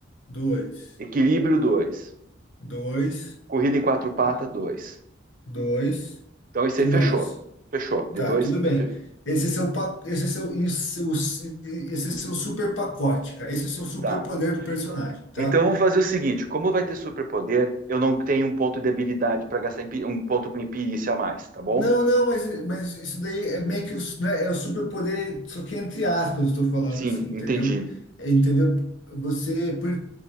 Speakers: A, on the left; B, on the right.
A: dois,
B: Equilíbrio, 2,
A: dois,
B: Corrida em quatro patas,
A: é,
B: 2.
A: dois.
B: Então isso
A: Que
B: aí fechou.
A: mais?
B: Fechou. De
A: Tá,
B: dois,
A: tudo bem.
B: tá. fe-
A: Esse é seu, pa- esse é seu, isso, seu- esse é seu super pacote, cara. Esse é seu super
B: tá.
A: poder do personagem, tá?
B: Então vamos fazer o seguinte: como vai ter superpoder, eu não tenho um ponto de habilidade para gastar empi- um ponto com imperícia a mais, tá bom?
A: Não, não, mas, mas isso daí é meio que os, né, é o superpoder, só que entre aspas eu estou falando
B: Sim,
A: assim, entendeu?
B: entendi.
A: É, Entendeu? Você, por-